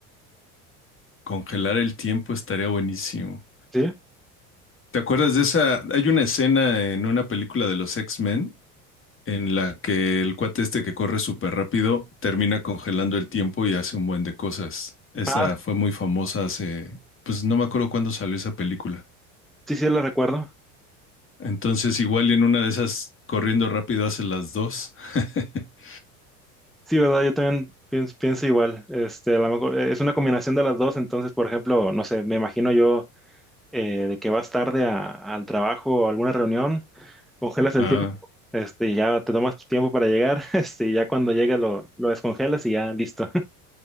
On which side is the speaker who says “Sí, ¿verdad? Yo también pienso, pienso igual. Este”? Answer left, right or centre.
Centre